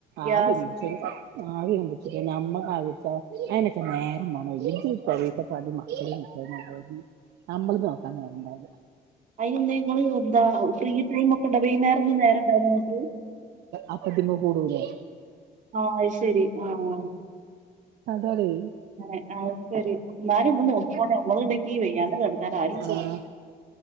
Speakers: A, on the right; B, on the right.
A: ഗ്യാസ്
B: ആവി അങ്ങ് പിട്ച്ച്ആവി അങ്ങ് പിട്ച്ചു നമ്മക്ക ആവി പിടിച്ച അയ്നെക്കെ നേരം വേണോലേ ഇത് പെരേത്തെ പണിം മക്കള് <unintelligible> അമ്മള്ത് നോക്കാൻ നേരണ്ടാവുല്ല.
A: അയ്നെന്തേ ഇങ്ങള് നോ എന്താണാവോ ഫ്രീ ടൈം ഒക്കെ ഇണ്ടാവൊ ഈ ന്നേരം ഒന്നും നേരോണ്ടാവൊ <unintelligible> ക്ക്
B: അപ്പ ഇതിമ്മെ കൂടൂലേ
A: ആഹ് അയ് ശരി ആഹ്
B: അതാലേ
A: അങ്ങനെ ആ ശരി എന്നാലും ഒന്ന് നോക്കിക്കോളേ നമ്മള് <unintelligible> വയ്യാണ്ട് കെടന്നാല് ആരും ഉണ്ടാവില്ല.
B: ആഹ്